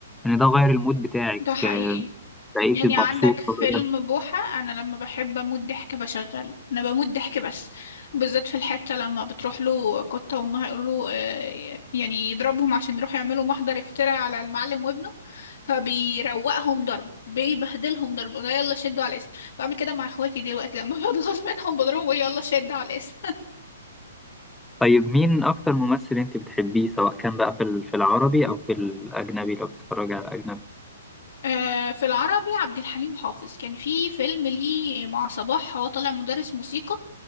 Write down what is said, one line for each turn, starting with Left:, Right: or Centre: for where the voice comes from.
Centre: ان ده غير المود بتاعك
Left: ده حقيقي
Centre: آه، بقيتي
Left: يعني
Centre: مبسوط
Left: عندك فيلم
Centre: <laughs> بدل
Left: بوحة انا لما بحب اموت ضحك بشغله انا بموت ضحك بس بالذات في الحتة لما بتروح له كتة وامها يقولوا له آه، يعني يضربهم عشان يروحوا يعملوا محضر افتراء على المعلم وابنه فبيروقهم ضرب بيبهدلهم ضرب يلا شدوا على الاسم بعمل كده مع اخواتي دلوقتي لما <laughs> بتغاظ منهم بضربهم بقول يلا شدوا على الاسم
Centre: طيب مين اكتر ممثل انت بتحبيه سواء كان بقى في ال- في العربي او في الاجنبي لو بتتفرجي على الاجنبي
Left: آه، في العربي عبد الحليم حافظ كان في فيلم ليه مع صباح هو طالع مدرس موسيقى